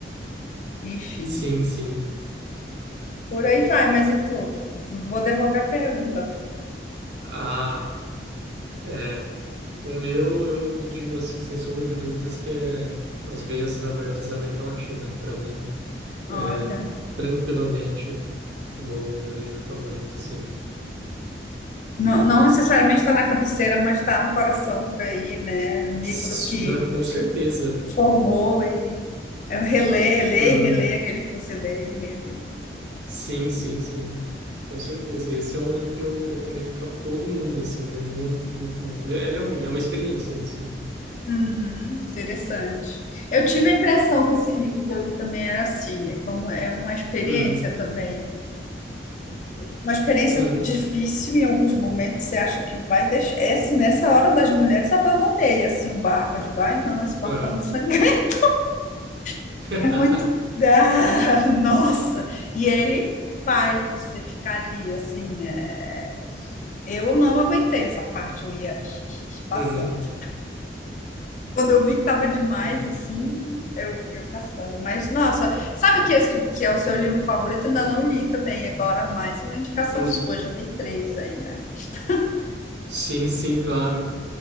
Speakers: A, on the left; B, on the right.
A: enfim.
B: sim, sim.
A: Por aí vai, mas e tu? Vou devolver a pergunta.
B: Ah, é. O meu, eu digo assim, sem sombra de dúvidas, que é As Veias Abertas da América Latina. Para mim, é
A: Olha,
B: tranquilamente o meu livro favorito, assim.
A: não, não necessariamente está na cabeceira, mas está no coração por aí, né? Um livro
B: S-
A: que
B: na- Com certeza.
A: formou e eu releio, leio,
B: Uhum.
A: e releio aquele que você lê e relê.
B: Sim, sim, sim. Com certeza. Esse é um livro que eu recomendo para todo mundo, assim. Ele é muito, muito bom. Ele, é, ele é, um, é uma experiência, esse livro.
A: Uhum, interessante. Eu tive a impressão que esse livro que eu li também era assim, é como é uma experiência
B: Uhum.
A: também, uma experiência
B: Uhum.
A: difícil em alguns momentos. Você acha que vai deixar? Esse, nessa hora das mulheres abandonei assim o barco, eu digo, ai não, esse barco
B: Aham.
A: tá muito sangrento, <laughs>
B: <laughs>
A: é muito, ah, nossa. E ele faz você ficar ali assim. é, Eu não aguentei essa parte, eu ia <laughs> passando.
B: Uhum.
A: Quando eu vi que tava demais,
B: Uhum.
A: assim, eu fui passando. Mas, nossa, sabe que esse que,
B: Não
A: que
B: sei.
A: é o seu livro favorito? Ainda não li também. Agora, mais uma indicação
B: Hum.
A: sua, já tem três aí na lista.
B: Sim, sim, claro.